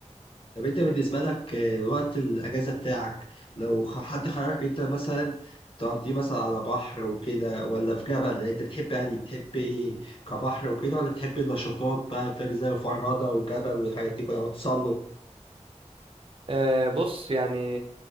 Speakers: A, on the left (about 45°); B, on the right (about 45°).
A: طب انت بالنسبة لك آه، وقت الأجازة بتاعك لو خ- حد خيرك انت مثلا تقضيه مثلا على بحر وكده ولا في جبل يعني انت بتحب يعني بتحب ايه كبحر وكده ولا بتحب نشاطات بقى فاهم زي الفرادة وجبل والحاجات دي كلها وتسلق
B: أه بص يعني